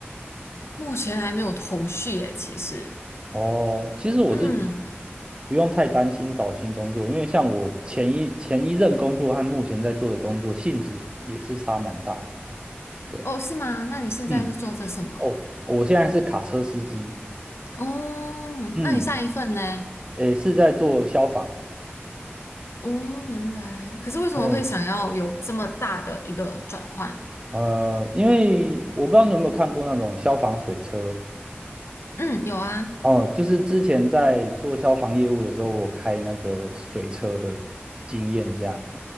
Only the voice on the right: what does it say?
哦，其实我是觉得
不用太担心找新工作，因为像我前一前一任工作和目前在做的工作性质也是差蛮大的，对啊，
嗯，哦，我现在是卡车司机，
嗯，
也是在做消防。
嗯，呃，因为我不知道你有没有看过那种消防水车，
哦，就是之前在做消防业务的时候，我开那个水车的经验这样。